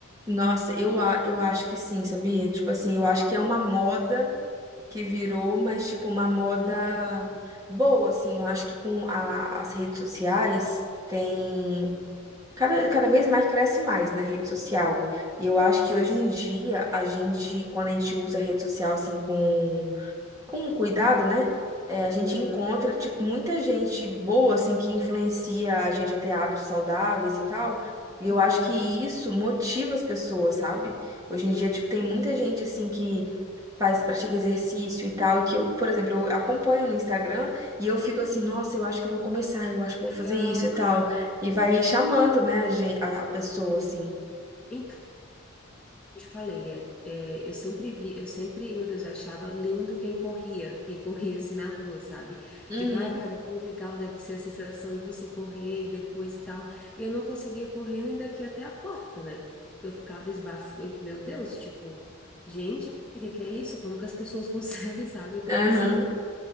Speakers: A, on the right; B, in the centre.
A: Nossa, eu, a- eu acho que sim, sabia? Tipo assim, eu acho que é uma moda. que virou, mas tipo uma moda
B: Hum,
A: boa, assim. Eu acho que com a- as redes sociais tem cada, cada vez mais cresce mais, né, rede social. E eu acho
B: sim.
A: que hoje em Sim. dia a gente, quando a gente usa a rede social assim com com cuidado, né? é, a gente
B: Uhum.
A: encontra, tipo, muita gente boa, assim, que influencia a gente a ter hábitos saudáveis e tal. E eu
B: Sim.
A: acho que isso motiva as pessoas, sabe? Hoje em dia,
B: Uhum.
A: tipo, tem muita gente, assim, que faz, pratica exercício e tal, e que eu, por exemplo, eu acompanho no Instagram e eu fico assim, nossa, eu acho que eu vou começar, eu acho
B: Que
A: que
B: legal.
A: eu vou fazer isso e tal.
B: Aham.
A: E vai chamando, né, a gente, a, a pessoa,
B: Chamando.
A: assim.
B: Então, eu te falei, é, é, eu sempre vi, eu sempre, meu Deus, eu achava lindo quem corria, quem corria assim na rua, sabe?
A: Uhum,
B: Digo, ai, cara, que legal deve ser a sensação de você correr e depois e tal. E eu não conseguia correr nem daqui até a porta, né? Então, Eu ficava esbafo, meu Deus, tipo, gente, o que que é isso? Como que as pessoas conseguem, <laughs> sabe? Eu tô
A: aham,
B: passando